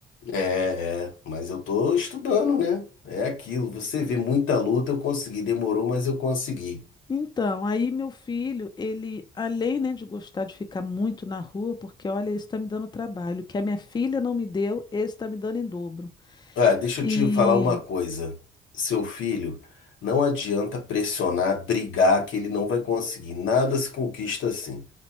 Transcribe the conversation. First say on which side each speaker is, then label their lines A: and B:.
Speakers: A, on the left; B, on the left.
A: é, é, mas eu estou estudando, né? É aquilo, você vê muita luta, eu consegui, demorou, mas eu consegui.
B: Então, aí meu filho, ele, além, né, de gostar de ficar muito na rua, porque olha, esse tá me dando trabalho. O que a minha filha não me deu, esse tá me dando em dobro.
A: Ah, deixa
B: E.
A: eu te falar uma coisa, seu filho. Não adianta pressionar, brigar, que ele não vai conseguir. Nada se conquista assim.